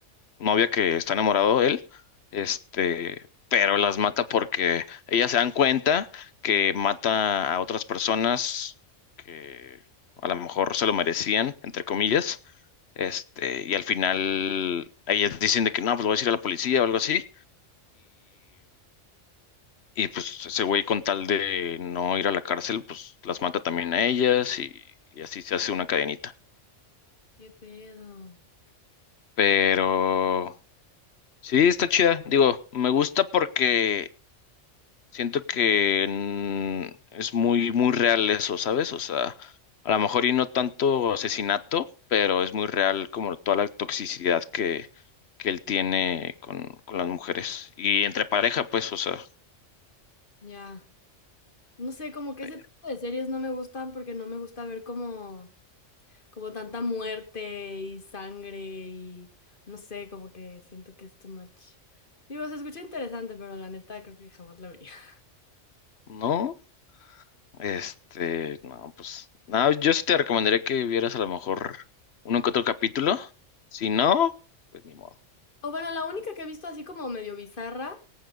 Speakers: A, on the left; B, on the left.
A: novia que está enamorado de él, este, pero las mata porque ellas se dan cuenta que mata a otras personas que a lo mejor se lo merecían, entre comillas, este, y al final ellas dicen de que no, pues lo voy a decir a la policía o algo así, y pues ese güey con tal de no ir a la cárcel, pues las mata también a ellas y, y así se hace una cadenita.
B: ¿Qué pedo?
A: Pero sí, está chida. Digo, me gusta porque siento que mm, es muy, muy real eso, ¿sabes? O sea, a lo mejor y no tanto asesinato, pero es muy real como toda la toxicidad que, que él tiene con, con las mujeres. Y entre pareja, pues, o sea,
B: Ya, no sé, como que
A: pe-
B: ese tipo de series no me gustan porque no me gusta ver como... como tanta muerte y sangre y no sé, como que siento que es too much. Digo, se escucha interesante, pero la neta creo que jamás la vería. <laughs>
A: ¿no? Este, no, pues, no, yo sí te recomendaría que vieras a lo mejor uno que otro capítulo. Si no, pues ni modo.
B: O bueno, la única que he visto así como medio bizarra,